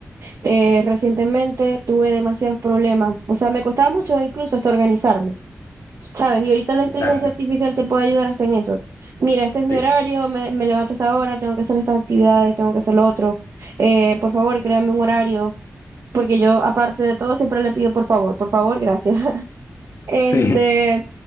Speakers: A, on the right; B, on the left.
A: Eh, recientemente tuve demasiados problemas, o sea, me costaba mucho incluso hasta organizarme, ¿sabes? Y ahorita la
B: Exacto,
A: inteligencia artificial te puede ayudar hasta en eso. Mira, este es mi
B: sí.
A: horario,
B: <laughs>
A: me, me levanto a esta hora, tengo que hacer estas actividades, tengo que hacer lo otro. Eh, por favor, créame un horario, porque yo, aparte de todo, siempre le pido por favor, por favor, gracias. <laughs> Este,
B: Sí,